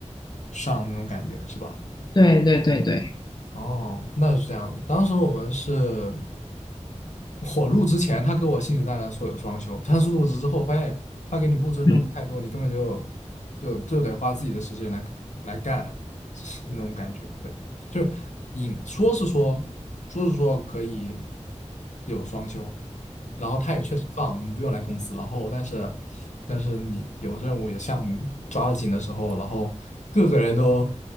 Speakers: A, on the left; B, on the left.
A: 上那种感觉，是吧？
B: 对对对对，
A: 哦，那是这样。当时我们是我入职前，他给我信誓旦旦说有双休，但是入职之后发现他给你布置任务太多，
B: 嗯，
A: 你根本就就就得花自己的时间来来干 <sucks teeth> 那种感觉。对，就是引说是说说是说可以有双休，然后他也确实放，我们不用来公司。然后但是但是你有任务有项目抓得紧的时候，然后各个人都